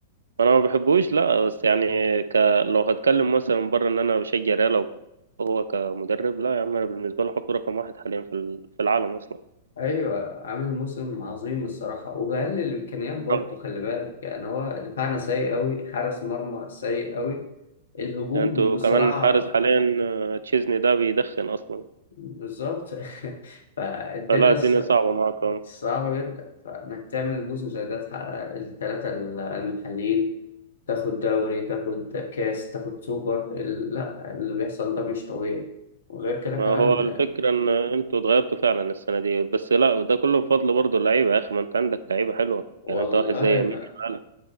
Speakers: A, on the right; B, on the left.
A: انا ما بحبوش لا بس يعني ك... لو هتكلم مثلا من بره ان انا بشجع ريال هو كمدرب لا يا عم انا بالنسبه له حط رقم واحد حاليا في ال- في العالم اصلا
B: أيوة عامل موسم عظيم الصراحة وبقلل الإمكانيات برضه
A: طب
B: خلي بالك يعني هو دفاعنا سيء أوي حارس مرمى سيء أوي الهجوم
A: يعني انتوا
B: بصراحة
A: كمان الحارس حاليا آه، تشيزني ده بيدخن اصلا
B: بالظبط <laughs> فالدنيا
A: فلا الدنيا صعبه معاكم
B: صعبة جدا فإنك تعمل جزء زي ده تحقق الثلاثة المحليين تاخد دوري تاخد كاس تاخد سوبر ال- لا اللي بيحصل ده مش طبيعي وغير كده كمان
A: ما هو الفكره ان انتوا اتغيرتوا فعلا السنه دي بس لا ده كله بفضل برضه اللعيبه يا اخي ما انت عندك لعيبه حلوه
B: والله
A: يعني انت واحد زي يمين
B: ما...
A: يامال